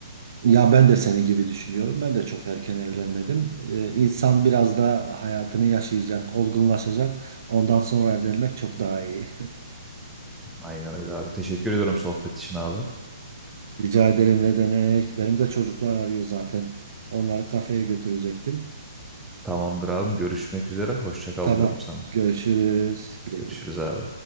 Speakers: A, on the right; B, in the centre.
A: ya ben de senin gibi düşünüyorum. Ben de çok erken evlenmedim. Ee, insan biraz da hayatını yaşayacak, olgunlaşacak. Ondan sonra evlenmek çok daha iyi. <laughs>
B: Aynen öyle abi. Teşekkür ediyorum sohbet için abi.
A: Rica ederim ne demek. Benim de çocuklar arıyor zaten. Onları kafeye götürecektim.
B: Tamamdır abim. Görüşmek üzere. Hoşça kal
A: Tamam.
B: diyorum sana.
A: Görüşürüz. Güle
B: Görüşürüz
A: güle.
B: abi.